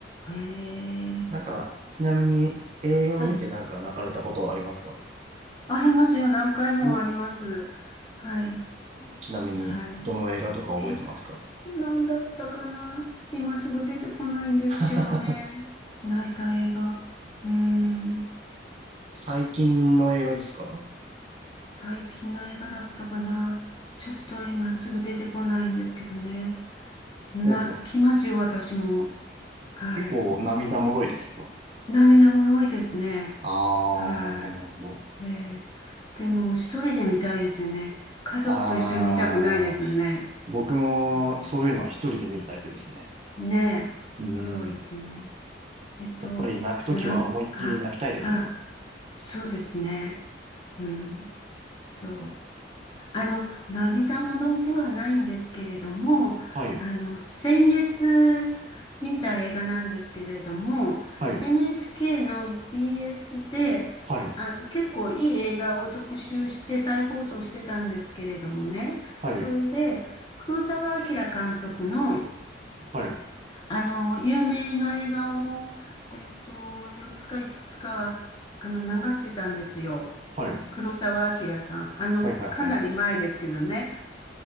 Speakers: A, on the left (about 25°); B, on the right (about 35°).
A: へえ。
B: なんか、ちなみに映画を見てなんか泣かれたことはありますか
A: はい。ありますよ。何回もあります。
B: お
A: はい。
B: ちなみに、
A: はい。
B: どの映画とか覚えてますか
A: え、なんだったかな。今すぐ出てこないんですけどね。
B: <laughs>
A: 泣いた映画。うーん。
B: 最近の映画ですか
A: 最近の映画だったかな。ちょっと今すぐ出てこないんですけどね。泣きますよ、
B: ほうほう
A: 私も。はい。
B: 結構涙もろいですか
A: 涙もろいですね。
B: ああー、
A: は
B: なるほど、なるほど。
A: い。えーでも、一人で見たいですよね。家族と一緒に見たくないですね。
B: ああ、僕もそういうのは一人で見るタイプですね。
A: うん、ねえ。
B: うん。
A: そうですね。えっと、
B: やっぱり泣くときは思いっきり泣きたいですもんね。
A: なん、あ、あ、そうですね。うん。そう。あの、涙ものではないんですけれども、
B: はい、
A: あの、先月見た映画なんですけれども、
B: はい、
A: NHK の BS で、
B: はい、
A: あの、結構いい映画を特集して再放送してたんですけれどもね、
B: はい、
A: それで、黒澤明監督の、
B: はい、
A: あの、有名な映画を、えっと、4つか5つつか、あの、流してたんですよ。
B: はい。
A: 黒澤明さん。あの、
B: はいはいはい。
A: かなり前ですけどね。